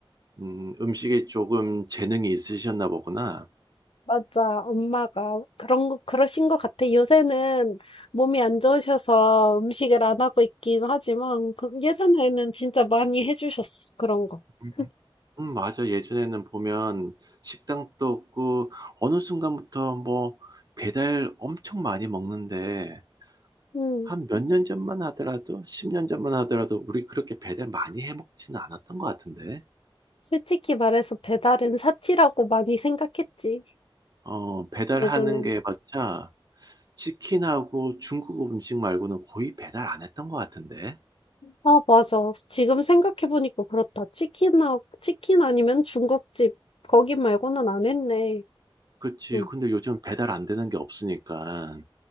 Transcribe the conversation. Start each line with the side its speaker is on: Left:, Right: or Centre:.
Right: 음, 음식에 조금 재능이 있으셨나 보구나.
Left: 맞아, 엄마가 그런 거, 그러신 것 같아. 요새는 몸이 안 좋으셔서 음식을 안 하고 있긴 하지만 그- 예전에는 진짜 많이 해주셨어. 그런 거.
Right: 음,
Left: <laughs>
Right: 음, 맞아. 예전에는 보면 식당도 없고 어느 순간부터 뭐 배달 엄청 많이 먹는데
Left: 음,
Right: 한 몇 년 전만 하더라도 10년 전만 하더라도 우리 그렇게 배달 많이 해 먹지는 않았던 것 같은데.
Left: 솔직히 말해서 배달은 사치라고 많이 생각했지,
Right: 어, 배달하는
Left: 예전에는.
Right: 게 맞자 치킨하고 중국 음식 말고는 거의 배달 안 했던 것 같은데.
Left: 아, 맞아. 지금 생각해보니까 그렇다. 치킨하, 치킨 아니면 중국집, 거기 말고는 안 했네.
Right: 그치.
Left: 응,
Right: 근데 요즘 배달 안 되는 게 없으니까.